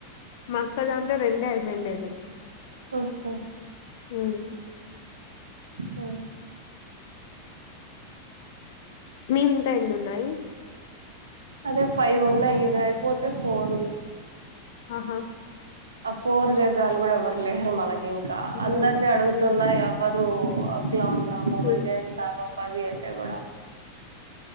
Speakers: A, on the left; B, on the right.
A: మా అక్క దాంట్లో రెండే అయిపోండేది
B: ఓహో
A: హ్మ్
B: ఆ
A: నీవి ఇంకా ఎన్ని ఉన్నాయి
B: అదే ఫైవ్ ఉన్నాయి ఇది అయిపోతే ఫోరు
A: ఆహా
B: కోరు చేసేవాళ్ళు కూడా ఎవ్వరు లేరు మనకి ఇంకా
A: ఉమ్.
B: అందరినీ అడుగుతున్నా
A: ఉమ్.
B: ఎవరు లా మమ్మల్ని
A: ఉమ్.
B: చేస్తాను పది ఐతే కూడా